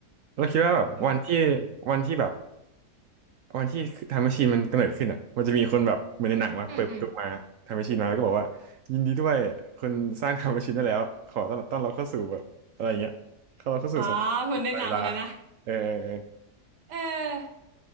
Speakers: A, on the right; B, on the right.
A: เราคิดว่าแบบวันที่
B: อืม
A: วันที่แบบวันที่ time machine มันกำเนิดขึ้นอ่ะมันจะมีคนแบบเหมือนในหนังวะเปิดประตูมา
B: อืมอืม
A: time machine มาแล้วก็บอกว่ายินดีด้วยคนสร้าง <laughs> time machine ได้แล้วขอต้อนรับต้อนรับเข้าสู่แบบอะไรอย่างเงี้ยเข้าเราเข้าสู่สม
B: อ่าเหมือนในหนังอะนะ
A: ัยเวลาเออเออเออ
B: เออ